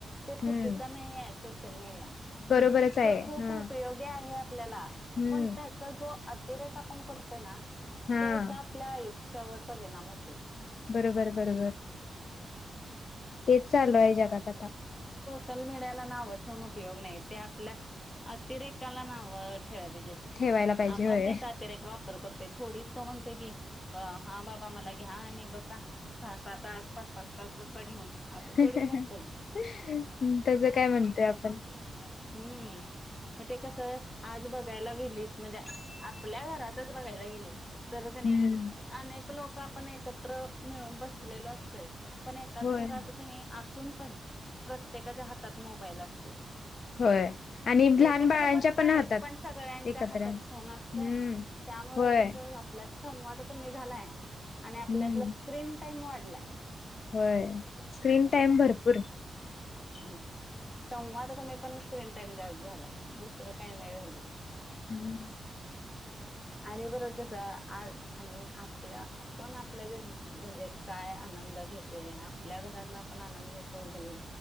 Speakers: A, on the left (about 30°); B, on the left (about 65°).
A: ते चुकीच
B: हम्म
A: नाइय सोशल मीडिया
B: बरोबरच आहे
A: त्यो खूप
B: हा
A: उपयोगी आहे आपल्याला
B: हम्म
A: पण त्यात जो अतिरेक आपण करतोय ना
B: हा
A: तेच आपल्या आयुष्यावर परिणाम होतोय.
B: बरोबर बरोबर हेच चालुय जगात आता
A: सलमेड्याला नाव ठेवून उपयोग नाइ ते आपल्या अतिरेकाला नाव ठेवाय पाहिजे.
B: ठेवायला पाहिजे
A: आपण
B: होय
A: त्याचा अतिरेक वाप प्र करतय थोडीच तो म्हणतोय की, हा बाबा मला घ्या आणि बसा. सहा सहा तास पाच पाच पाच बसा घेऊन. असं
B: हम
A: थोडीच म्हणतोय
B: तेज काय म्हणतय आपण.
A: हम्म. म ते कसं आज बगायला गेलीस म्हणजे आपल्या घरातच बगायला गेलीस तर कणी,
B: हम्म
A: अनेक लोक आपण एकत्र मिळून बसलेलो असतोय. पण एकाच
B: होय
A: घरात कनाय असून पण, प्रत्येकाच्या हातात मोबाईल असतोय.
B: होय आणि लहान
A: एकत्र
B: बाळांच्या
A: बसतय
B: राहतात
A: पण सगळ्यांच्या
B: एकत्र
A: हातात
B: हम्म
A: फोन अस पण, त्यामुळ
B: होय
A: कस आपल्यात संवाद कमी झालाय, आणि
B: हम्म
A: आपल्यातला स्क्रीन टाइम वाढलाय.
B: व्हय, स्क्रीन टाइम भरपूर.
A: हम्म, संवाद कमी पण स्क्रीन टाइम जास्त झालाय, दुसरं काही नाही झालेलं.
B: आणि
A: आरे वर्क कस आ हे आपल्या आपण आपल्या म्हणजे काय आनंद घेतोय आपल्या घरातला आपण आनंद घ्याय सोडू कनी